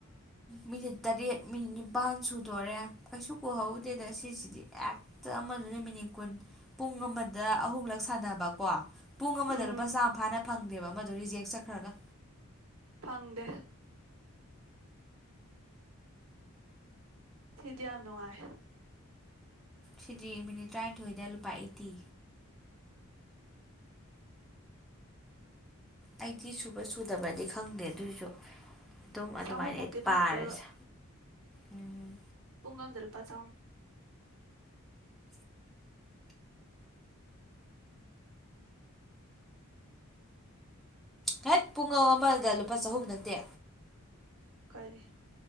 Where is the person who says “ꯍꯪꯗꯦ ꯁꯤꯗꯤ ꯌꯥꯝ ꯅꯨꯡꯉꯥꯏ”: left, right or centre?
Right